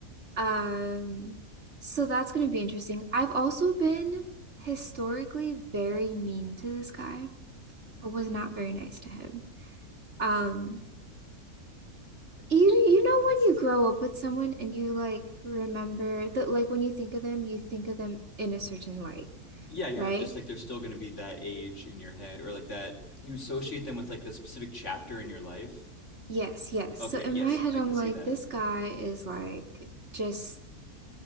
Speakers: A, on the right; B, on the left.
A: Um, so that's gonna be interesting. I've also been historically very mean to this guy. I was not very nice to him. Um, you you know
B: That's
A: when you grow up with someone and you like remember that like when you think of them, you think of them in a certain light,
B: yeah, yeah,
A: right?
B: like just like there's still going to be that age in your head or like that you associate them with like the specific chapter in your life.
A: Yes, yes.
B: Okay,
A: So in
B: yes,
A: my head,
B: I
A: I'm
B: can see
A: like,
B: that.
A: this guy is like just